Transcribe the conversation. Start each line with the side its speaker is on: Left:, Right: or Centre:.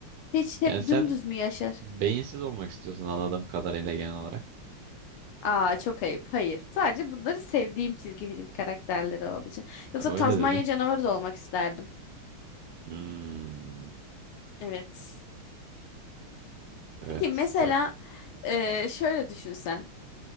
Left: Hiç hep
Right: Yani sen
Left: dümdüz mü yaşar?
Right: beyinsiz olmak istiyorsun anladığım kadarıyla genel olarak.
Left: Aa çok ayıp. Hayır. Sadece bunları sevdiğim çizgi film karakterleri olduğu için. Yoksa
Right: Ama
Left: Tazmanya
Right: öyle dedin.
Left: canavarı da olmak isterdim.
Right: Hmm,
Left: Evet.
Right: evet.
Left: Peki mesela e, şöyle düşünsen.